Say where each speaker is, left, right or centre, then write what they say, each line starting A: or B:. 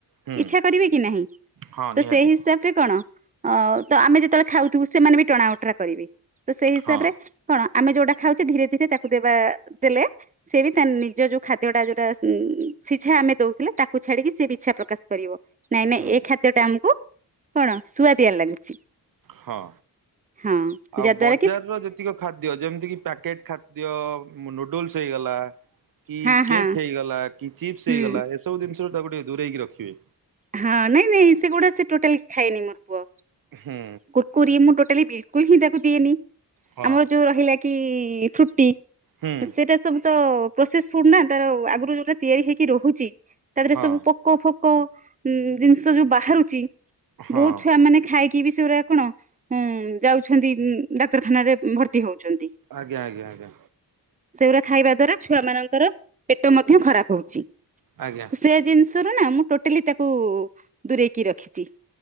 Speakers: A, on the right (about 60°); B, on the right (about 20°).
A: ହୁଁ
B: ଇଛା କରିବେ କି ନାହିଁ
A: ହଁ
B: ତ
A: ନିହାତି
B: ସେଇ ହିସାବରେ କଣ ଅ ତ ଆମେ ଯେତେବେଳେ ଖାଉଥିବୁ ସେମାନେ ବି ଟଣା ଓଟରା କରିବେ। ତ ସେଇ ହିସାବରେ
A: ହଁ
B: କଣ ଆମେ ଯୋଉଟା ଖାଉଛେ ଧୀରେ ଧୀରେ ତାକୁ ଦେବା ଦେଲେ ସେ ବି ତା ନିଜ ଯୋଉ ଖାଦ୍ୟଟା ଯୋଉଟା ସିଝା ଆମେ ଦଉଥିଲେ ତାକୁ ଛାଡିକି ସି ବି ଇଛା ପ୍ରକାଶ କରିବ। ନାଇଁ ନାଇଁ
A: ହୁଁ
B: ଏ ଖାଦ୍ୟ ଟା ଆମକୁ କଣ ଶୁଆ ତିଆରି ଲାଗୁଛି।
A: ହଁ
B: ହଁ
A: ଆଉ
B: ଯାହା ଦ୍ୱାରା
A: ବଜାରର ଯେତିକି ଖାଦ୍ୟ ଯେମିତିକି ପ୍ୟାକେଟ୍ ଖାଦ୍ୟ ନୁଡଲ ହେଇଗଲା କି
B: ହଁ ହଁ
A: କେକ୍ ହେଇଗଲା କି ଚିପ୍ସ
B: ହୁଁ
A: ହେଇଗଲା ଏସବୁ ଜିନିଷ ତାକୁ ଟିକେ ଦୂରେଇକି ରଖିବେ।
B: ହଁ ନାଇଁ ନାଇଁ ସେଗୁଡା ସେ ଟୋଟାଲ ଖାଇନି ମୋର ପୁଅ
A: ହୁଁ
B: କୁର୍କୁରି ମୁ ଟୋଟଲି ବ କୁଲ ହ ତାକୁ ଦିନି
A: ହଁ
B: ଆମର ଯୋଉ ରହିଲା କି କି ଫ୍ରୁଟି
A: ହୁଁ
B: ସେଇଟା ସବୁ ତ ପ୍ରୋସେସ ଫୁଡ ନା ତାର। ଯୋଉଟା ତିଆରି ହେଇକି ରହୁଛି ତା ଦେହରେ
A: ହଁ
B: ସବୁ ପୋକ ଫୋକ କୁ ଉଁ ଜିନିଷ ଯୋଉ ବାହାରୁଛି।
A: ହଁ
B: ବହୁତ ଛୁଆ ମାନେ ଖାଇ କି ବିଷୟରେ କଣ ଯାଉଛନ୍ତି ଡାକ୍ତରଖାନାରେ ଭର୍ତ୍ତି ହଉଛନ୍ତି।
A: ଆଜ୍ଞା ଆଜ୍ଞା ଆଜ୍ଞା।
B: ସେଗୁଡା ଖାଇବା ଦ୍ଵାରା ଛୁଆ ମାନଙ୍କର ପେଟ ମଧ୍ୟ ଖରାପ ହଉ।
A: ଆଜ୍ଞା
B: ସେ ଜିନିଷ ର ନା ମୁଁଟା କୁ ଦୂରେଇକି ରଖିଛି।